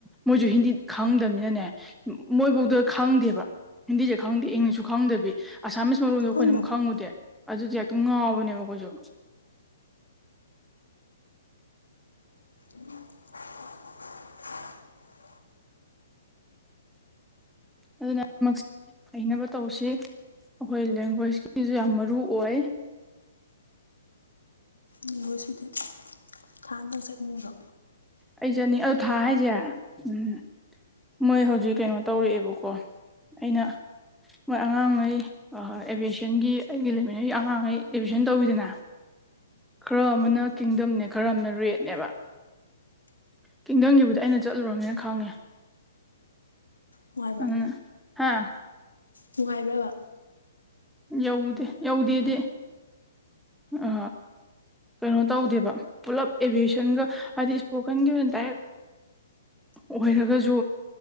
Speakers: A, in the centre; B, on the left.
A: ꯃꯣꯏꯁꯨ ꯍꯤꯟꯗꯤ ꯈꯥꯡꯗꯕꯅꯤꯅꯅꯦ ꯃꯣꯏꯐꯧꯗ ꯈꯪꯗꯦꯕ ꯍꯤꯟꯗꯤꯁꯦ ꯈꯪꯗꯦ ꯏꯪꯂꯤꯁꯁꯨ ꯈꯪꯗꯕꯤ ꯑꯁꯥꯃꯤꯁ ꯃꯔꯣꯟꯜꯗꯣ ꯑꯩꯈꯣꯏꯅ
B: ꯈꯪꯗꯝ
A: ꯑꯗꯨꯝ ꯈꯪꯉꯨꯗꯦ ꯑꯗꯨꯗꯤ ꯍꯦꯛꯇꯪ ꯉꯥꯎꯕꯅꯦꯕ ꯑꯩꯈꯣꯏꯁꯨ
B: ꯎꯝ
A: ꯑꯗꯨꯅꯃꯛ ꯍꯩꯅꯕ ꯇꯧꯁꯤ ꯑꯩꯈꯣꯏ ꯂꯦꯡꯒ꯭ꯋꯦꯁꯀꯤꯁꯨ ꯌꯥꯝ ꯃꯔꯨ ꯑꯣꯏ
B: ꯑꯩꯈꯣꯏꯁꯤꯗꯤ ꯊꯥꯗꯪ ꯆꯠꯉꯨꯗꯣ
A: ꯑꯩ ꯆꯠꯅꯤ ꯑꯜ ꯊꯥ ꯍꯥꯏꯁꯦ ꯎꯝ ꯃꯣꯏ ꯍꯧꯖꯤꯛ ꯀꯩꯅꯣ ꯇꯧꯔꯛꯑꯦꯕꯀꯣ ꯑꯩꯅ ꯃꯣꯏ ꯑꯉꯥꯡꯈꯩ ꯑꯦꯚꯁꯟꯒꯤ ꯑꯩꯒꯤ ꯂꯩꯃꯤꯟꯅꯔꯤꯕ ꯑꯉꯥꯡꯈꯩ ꯑꯦꯚꯁꯟ ꯇꯧꯕꯋꯤꯗꯅ ꯈꯔ ꯑꯃꯅ ꯀꯤꯡꯗꯝꯅꯦ ꯈꯔ ꯑꯃꯅ ꯔꯦꯠꯅꯦꯕ ꯀꯤꯡꯗꯝꯒꯤꯕꯨꯗꯤ ꯑꯩꯅ ꯆꯠꯂꯨꯔꯕꯅꯤꯅ ꯈꯪꯉꯦ
B: ꯅꯨꯡꯉꯥꯏꯕ꯭ꯔꯥ
A: ꯎꯝ ꯍꯥꯥ
B: ꯅꯨꯡꯉꯥꯏꯕ꯭ꯔꯕ
A: ꯌꯧꯗꯦ ꯌꯧꯗꯦꯗꯤ ꯑ ꯀꯩꯅꯣ ꯇꯧꯗꯦꯕ ꯄꯨꯂꯞ ꯑꯦꯚꯌꯦꯁꯟꯒ ꯍꯥꯏꯗꯤ ꯏꯁꯄꯣꯔꯀꯟꯒꯤ ꯑꯣꯏꯅ ꯗꯥꯏꯔꯦꯛ <unintelligible> ꯑꯣꯏꯔꯒꯁꯨ